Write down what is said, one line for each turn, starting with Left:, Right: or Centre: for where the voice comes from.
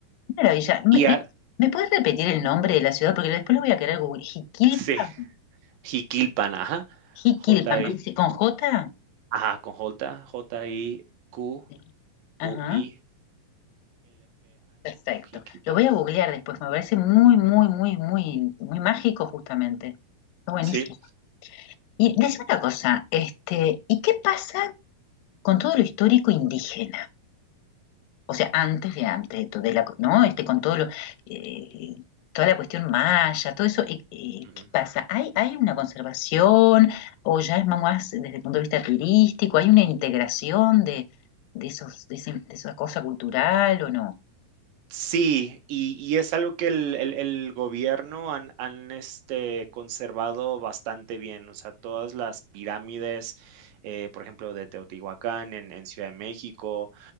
Left: Maravilla. ¿Me,
Right: Y
Left: me,
Right: a-
Left: me puedes repetir el nombre de la ciudad? Porque después lo voy a querer googlear. Jiquilpan.
Right: sí, Jiquilpan, ajá.
Left: Jiquilpan.
Right: J-I,
Left: ¿Y se- ¿Con J?
Right: ajá, con J, J-I-Q-U-I-L-P-A-N,
Left: Sí. Ajá. Perfecto.
Right: Jiquilpan.
Left: Lo voy a googlear después, me parece muy, muy, muy, muy, muy mágico justamente. Está buenísimo.
Right: Sí.
Left: Y decime una cosa, este, ¿y qué pasa con todo lo histórico indígena? O sea, antes de antes de todo, de la, ¿no? Este, con todo lo, eh, toda la cuestión maya, todo eso, eh, eh,
Right: ujú.
Left: ¿qué pasa? ¿Hay, hay una conservación o ya es más desde el punto de vista turístico? ¿Hay una integración de, de esos, de, ese- de esa cosa cultural o no?
Right: Sí, y y es algo que el el el gobierno han han, este, conservado bastante bien, o sea, todas las pirámides, eh, por ejemplo, de Teotihuacán en en Ciudad de México,